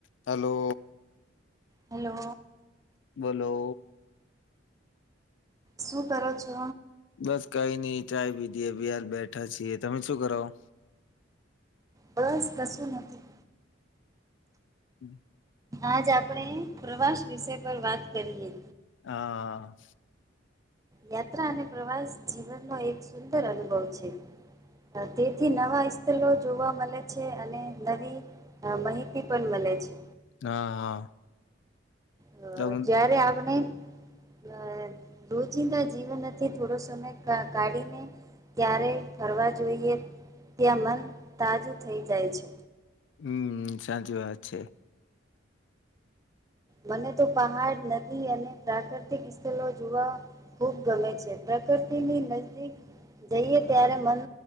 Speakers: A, on the left (about 70°); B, on the right (about 20°).
A: Hello.
B: Hello
A: બોલો
B: શું કર છો
A: બસ કઈ નઈ ચાય પીધી બહાર બેઠા છીએ તમે શું કરાવો
B: બસ કશું નથી
A: હમ
B: આજ આપણે પ્રવાસ વિષય પર વાત કરીએ
A: હા
B: યાત્રા અને પ્રવાસ જીવનનો એક સુંદર અનુભવ છે તેથી નવા સ્થલો જોવા મળે છે અને નવી માહિતી પણ મળે છે
A: હા હા
B: હ
A: તમ
B: જયારે આવને અ રોજિંદા જીવનથી થોડો સમય કાઢીને ક્યારે ફરવા જોઈએ ત્યાં મન તાજું થઈ જાય છે
A: હમ સાચી વાત છે
B: મને તો પહાડ નદી અને પ્રાકૃતિક સ્થળ જોવા ખુબ ગમે છે પ્રકૃતિની નજદીક જઈએ ત્યારે મન